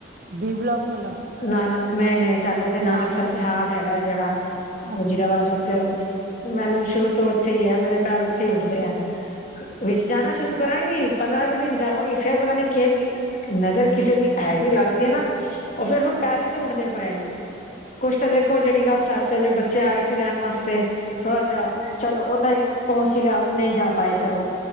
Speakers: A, on the right; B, on the left.
A: ਬੀ ਬਲੋਕ ਵਾਲਾ।
B: ਨਾਨਕ ਨਈ-ਨਈ ਸਾਡੇ ਏਥੇ ਨਾਨਕਸਰ
A: ਨਾਨਕ ਸਰ
B: ਛਾਟ ਹੈਗਾ ਜਿਹੜਾ।
A: ਅੱਛਾ
B: ਵਜੀਰਾ ਵਾਰ
A: ਅੱਛਾ
B: ਰੋਡ ਤੇ। ਮੈਨੂੰ ਸ਼ੁਰੂ ਤੋਂ ਓਥੇ ਈ ਐ ਮੇਰੇ ਪੈਰ ਓਥੇ ਈ ਉੱਠਦੇ ਐ। ਵਿੱਚ
A: ਅੱਛਾ
B: ਜਾਣਾ ਸ਼ੁਰੂ ਕਰਾਂਗੀ। ਪੰਦਰਾਂ ਵੀਹ ਦਿਨ ਜਾਵਾਂਗੀ ਫੇਰ ਪਤਾ ਨੀ ਕਿਹੇ ਜੀ ਨਜ਼ਰ ਕਿਸੇ ਦੀ ਏਹੇ ਜੀ ਲੱਗਦੀ ਐ ਨਾ ਉਹ ਫੇਰ ਹੁਣ ਪੈਰ ਈ ਨੀ ਉੱਠਦੇ ਪਏ। ਕੁਛ ਤੇ ਦੇਖੋ
A: ਅੱਛਾ
B: ਜਿਹੜੀ ਗੱਲ ਸੱਚ- ਆ ਜੇ ਵੇ ਬੱਚੇ ਆ ਗਏ ਸੀ ਰਹਿਣ ਵਾਸਤੇ। ਥੋੜਾ ਜਾ, ਚਲੋ ਉਹ ਤਾਂ ਓ ਸੀਗਾ ਵੀ ਨਈ ਜਾ ਪਾਏ ਚਲੋ।